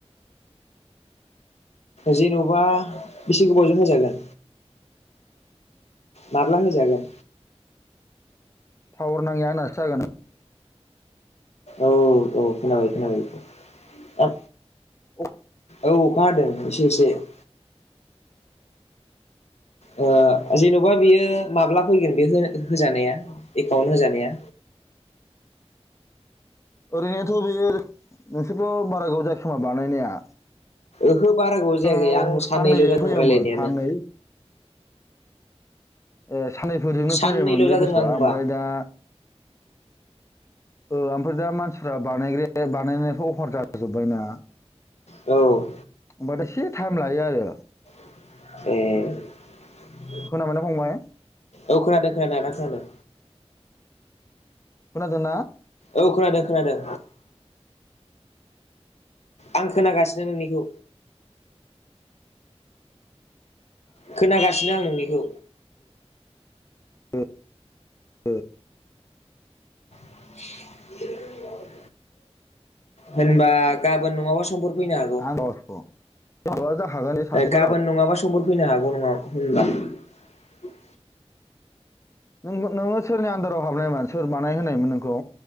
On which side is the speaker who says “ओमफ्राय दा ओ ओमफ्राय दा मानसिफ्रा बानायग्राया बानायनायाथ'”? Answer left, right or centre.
Left